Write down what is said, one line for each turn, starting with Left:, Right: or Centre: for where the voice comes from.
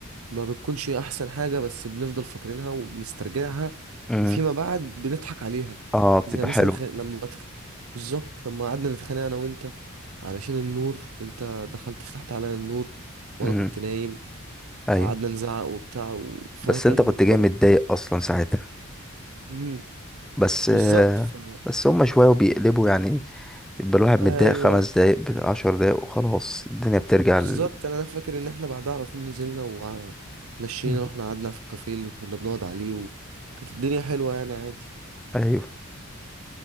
Right: ما بتكونش احسن حاجة بس بنفضل فاكرينها وبنسترجعها
Centre: امم
Right: وفيما بعد بنضحك عليها
Centre: اه بتبقى
Right: زي مثلا
Centre: حلو
Right: خ... لما تخ... بالظبط لما قعدنا نتخانق انا وانت علشان النور انت دخلت فتحت علينا النور وانا
Centre: امم
Right: كنت نايم
Centre: ايوه
Right: وقعدنا نزعق وبتاع و... فكان
Centre: بس انت كنت
Right: برضه
Centre: جاي متضايق اصلا ساعتها
Right: مم،
Centre: بس آه،
Right: بالظبط ف...
Centre: بس هما شويه وبيقلبوا يعني يبقى الواحد متضايق
Right: ايوه
Centre: خمس دقايق ب- عشر دقايق وخلاص الدنيا بترجع
Right: بالظبط
Centre: ل...
Right: انا أنا فاكر ان احنا بعدها على طول نزلنا ومشينا
Centre: مم.
Right: واحنا قعدنا في الكافيه اللي كنا بنقعد عليه وكانت الدنيا حلوه يعني عادي
Centre: ايوه